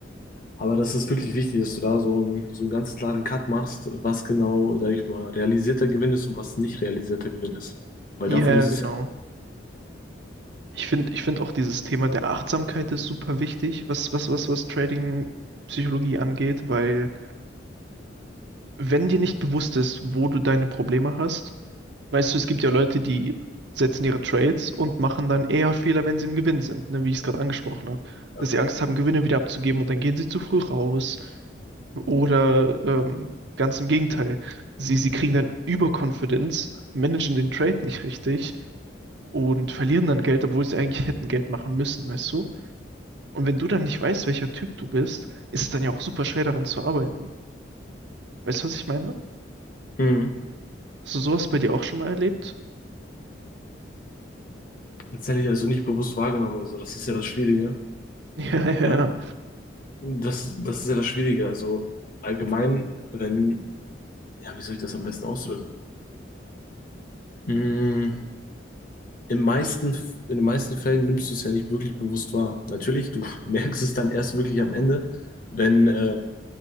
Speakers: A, on the left; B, on the right.
A: Aber das ist wirklich wichtig, dass du da so einen, so einen ganz klaren Cut machst, was genau, sag ich mal, realisierter Gewinn ist und was nicht realisierter Gewinn ist. Weil
B: ja,
A: davon
B: ja,
A: ist
B: genau.
A: es ja auch.
B: Ich finde ich finde auch dieses Thema der Achtsamkeit ist super wichtig, was, was, was, was Trading-Psychologie angeht, weil wenn dir nicht bewusst ist, wo du deine Probleme hast, weißt du, es gibt ja Leute, die setzen ihre Trades und machen dann eher Fehler, wenn sie im Gewinn sind, ne, wie ich es gerade angesprochen habe.
A: Ja.
B: Dass sie Angst haben, Gewinne wieder abzugeben und dann gehen sie zu früh raus Oder ähm, ganz im Gegenteil, sie, sie kriegen dann Überconfidence, managen den Trade nicht richtig und verlieren dann Geld, obwohl sie eigentlich hätten Geld machen müssen, weißt du? Und wenn du dann nicht weißt, welcher Typ du bist, ist es dann ja auch super schwer daran zu arbeiten. Weißt du, was ich meine?
A: Mhm.
B: Hast du sowas bei dir auch schon mal erlebt?
A: Das hätte ich also nicht bewusst wahrgenommen. Also, das ist ja das Schwierige.
B: <laughs> Ja, ja,
A: Ja. Das, das ist ja das Schwierige. Also, allgemein, wenn, ja, wie soll ich das am besten ausdrücken? Mm, Im meisten, in den meisten Fällen nimmst du es ja nicht wirklich bewusst wahr. Natürlich, du <laughs> merkst es dann erst wirklich am Ende, wenn, äh,